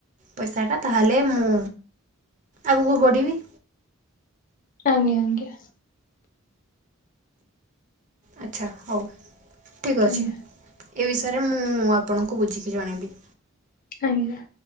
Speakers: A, on the right; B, on the left.
A: ପଇସାଟା ତାହେଲେ ମୁଁ ଆଗକୁ ବଢ଼ିବି।
B: ଆଜ୍ଞା, ଆଜ୍ଞା।
A: ଆଚ୍ଛା ହଉ, ଠିକ
B: ଆଜ୍ଞା
A: ଅଛି। ଏ ବିଷୟରେ ମୁଁ-ଉ-ଉ-ଉ ଆପଣଙ୍କୁ ବୁଝିକି ଜଣେଇବି।
B: ଆଜ୍ଞା,